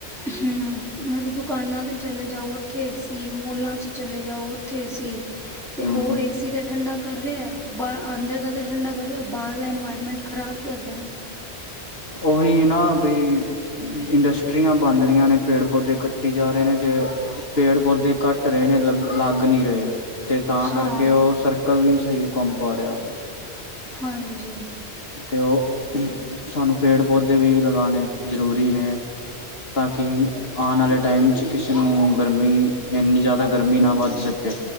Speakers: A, in the centre; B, on the left.
A: ਹੂੰ ਦੁਕਾਨਾਂ ਤੇ ਚਲੇ ਜਾਓ ਉੱਥੇ ਏਸੀ ਮੋਲਾਂ 'ਚ ਚਲੇ ਜਾਓ ਉੱਥੇ ਏਸੀ
B: ਹੂੰ
A: ਤੇ ਓ
B: ਹੂੰ
A: ਏਸ ਏਸੀ ਤੇ ਠੰਡਾ ਕਰ ਰਿਆ ਪਰ ਬ ਅੰਦਰ ਦਾ ਤੇ ਠੰਡਾ ਕਰ ਰਿਆ ਬਾਰ ਦਾ ਇਨਵਾਇਰਮੈਂਟ ਖਰਾਬ ਕਰਦਾ ਏ।
B: ਉਹੀ ਨਾ ਬਈ ਇੰਡਸਟਰੀਆਂ ਬਣ ਰਈਆਂ ਨੇ ਪੇੜ ਪੌਦੇ ਕੱਟੀ ਜਾ ਰਹੇ ਨੇ ਤੇ ਪੇੜ ਪੌਦੇ ਕੱਟ ਰਏ ਨੇ ਲ ਲੱਗ ਨਹੀਂ ਰਏ। ਤੇ ਤਾਂ
A: ਹਾਂ
B: ਕਰਕੇ ਉਹ ਸਰਕਲ ਨੀ ਸਈ ਕੰਮ ਪਾ ਰਿਆ
A: ਹਾਂਜੀ
B: ਤੇ ਓ ਸਾਨੂੰ ਪੇੜ ਪੌਦੇ ਵੀ ਲਗਾਉਣੇ ਜ਼ਰੂਰੀ ਨੇ। ਤਾਂਕਿ ਆਣ ਵਾਲੇ ਟਾਈਮ 'ਚ ਕਿਸੇ ਨੂੰ ਗਰਮੀ ਇੰਨੀ ਜਾਦਾ ਗਰਮੀ ਨਾ ਵੱਧ ਸਕੇ।